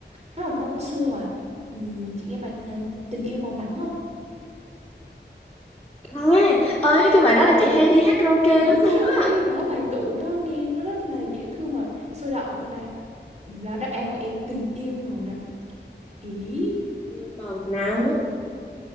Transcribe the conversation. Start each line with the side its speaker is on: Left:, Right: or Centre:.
Right: nó là nó cũng xưa rồi. Ừm, chị nghe bài ờ, Tình yêu màu nắng không?
Centre: À, ơi cái bài đó là chị hay đi hát karaoke
Right: Đúng
Centre: lắm luôn
Right: rồi,
Centre: á.
Right: đó bài tủ đó nghe nó rất là dễ thương mà sôi động nữa đây. Đó đáp án của em tình yêu màu nắng ý
Centre: Yêu màu nắng.